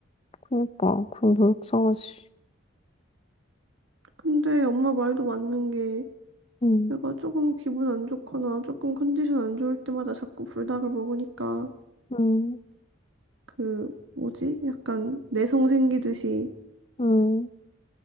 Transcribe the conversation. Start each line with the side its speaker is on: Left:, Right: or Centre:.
Left: 그니까, 그럼 더 속상하지.
Right: 근데 엄마 말도 맞는 게
Left: 음,
Right: 내가 조금 기분 안 좋거나 조금 컨디션 안 좋을 때마다 자꾸 불닭을 먹으니까
Left: 음,
Right: 그 뭐지? 약간 내성 생기듯이
Left: 음,